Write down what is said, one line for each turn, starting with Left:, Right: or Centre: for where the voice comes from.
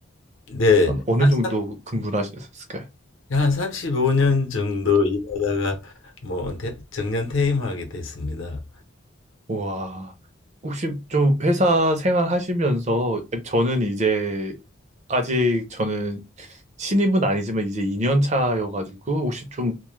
Left: 네.
Right: 한 어느
Left: 한,
Right: 정도
Left: 삼-
Right: 근무를 하셨을까요?
Left: 한 35년 정도 일하다가 뭐 은퇴- 정년 퇴임하게 됐습니다.
Right: 와, 혹시 좀 회사 생활하시면서 저는 이제 아직 저는 신입은 아니지만 이제 2년 차여가지고 혹시 좀